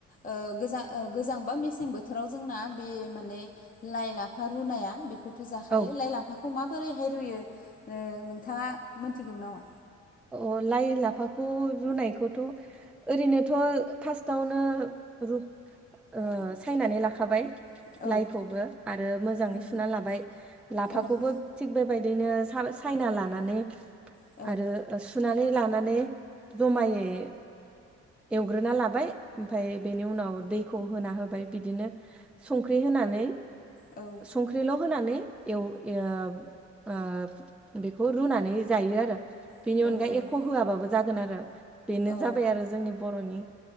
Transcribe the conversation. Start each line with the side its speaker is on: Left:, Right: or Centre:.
Left: ओ गोजां ओ गोजां बा मेसें बोथोराव जोंना बे माने लाइ लाफा रुनाया बेखौ थ' जाखायो
Centre: औ
Left: लाइ लाफाखौ माबोरैहाय रुयो ओ नोंथाङा मोनथिगौ नामा?
Centre: अ लाइ लाफाखौ रुनायखौथ' ओरैनोथ' फार्स्टआवनो रु ओ सायनानै लाखाबाय।
Left: औ
Centre: लायखौबो आरो मोजाङै
Left: औ
Centre: लाबाय लाफाखौबो
Left: औ
Centre: थिग बेबायदिनो सायना लानानै
Left: औ
Centre: आरो सुनानै लानानै जमायै एवग्रोना लाबाय ओमफाय बेनि उनाव दैखौ होना होबाय बिदिनो संख्रि होनानै
Left: औ
Centre: संख्रिल' होनानै एव ओ ओ बेखौ रुनानै जायो आरो बेनि
Left: औ
Centre: अनगा एख' होआबाबो जागोन आरो बेनो
Left: औ
Centre: जाबाय आरो जोंनि बर'नि